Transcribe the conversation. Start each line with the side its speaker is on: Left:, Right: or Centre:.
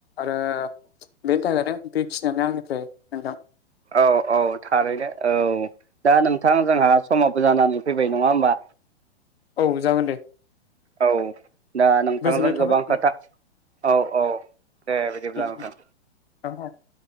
Left: आरो बेनि थाखायनो बे फिनानै आंनिफ्राय नोंथां
Right: औ औ थारैनो औ दा नोंथां जोंहा समाबबो जानानै फैबाय नङा होमबा?
Left: औ जागोन दे।
Right: औ दा नोंथांजों
Left: गोजोननाय
Right: गोबां
Left: थाबाय
Right: खोथा औ औ दे बिदिब्ला
Left: नोंथांनिसिम
Right: नोंथां।
Left: <unintelligible>